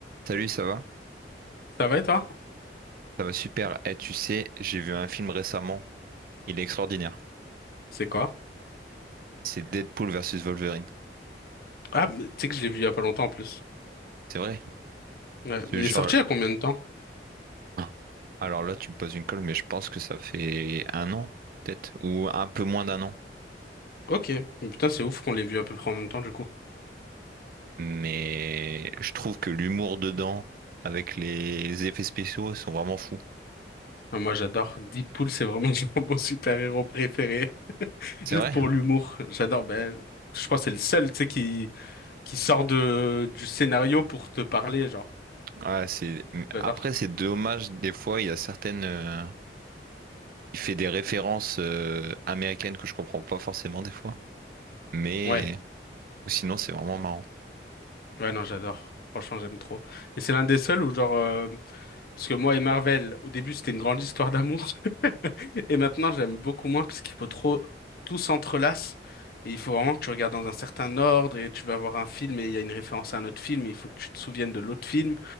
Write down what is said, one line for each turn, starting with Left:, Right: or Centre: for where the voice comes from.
Right: Salut, ça va?
Left: Ça va et toi?
Right: Ça va super. Et tu sais, j'ai vu un film récemment. Il est extraordinaire.
Left: C'est quoi?
Right: C'est Deadpool versus Wolverine.
Left: Ah, mais tu sais que je l'ai vu il y a pas longtemps en plus.
Right: C'est vrai?
Left: Ouais,
Right: Je te
Left: mais
Right: jure.
Left: il est sorti il y a combien de temps?
Right: Ah. Alors là, tu me poses une colle, mais je pense que ça fait un an, peut-être, ou un peu moins d'un an.
Left: Ok. Mais Putain, c'est ouf qu'on l'ait vu à peu près en même temps du coup.
Right: Mais je trouve que l'humour dedans, avec les effets spéciaux, sont vraiment fous.
Left: Ah, moi j'adore. Deadpool, c'est vraiment <laughs> genre mon super-héros préféré. <laughs>
Right: C'est
Left: Juste
Right: vrai?
Left: pour l'humour. J'adore. Ben, je crois que c'est le seul, tu sais, qui, qui sort de, du scénario pour te parler, genre.
Right: Ouais, c'est...
Left: J'adore.
Right: Après, c'est dommage. Des fois, il y a certaines. euh, Il fait des références euh, américaines que je comprends pas forcément des fois. Mais
Left: Ouais.
Right: ou sinon, c'est vraiment marrant.
Left: Ouais, non, j'adore. Franchement, j'aime trop. Et c'est l'un des seuls où genre, euh, Parce que moi et Marvel, au début, c'était une grande histoire d'amour. <laughs> Et maintenant, j'aime beaucoup moins parce qu'il faut trop, tout s'entrelace. Et il faut vraiment que tu regardes dans un certain ordre et tu vas voir un film et il y a une référence à un autre film et il faut que tu te souviennes de l'autre film.